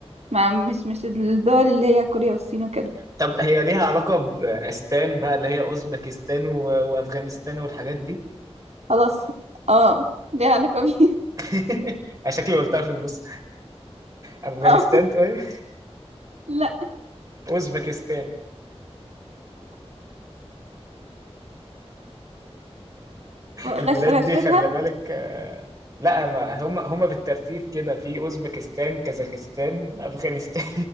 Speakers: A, on the right; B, on the right.
A: ما مش مش الدول اللي هي كوريا والصين وكده
B: طب هي ليها علاقة بأستان بقى اللي هي أوزبكستان و... وأفغانستان والحاجات دي
A: خلاص اه ليها علاقة بيها
B: <laughs> أنا شكلي قلتها في النص
A: <laughs>
B: أفغانستان
A: اه
B: طيب
A: لا
B: أوزبكستان البلاد
A: غش غشتها
B: دي خلي بالك آه، لا ما هم هم بالترتيب كده في أوزبكستان كازاخستان أفغانستان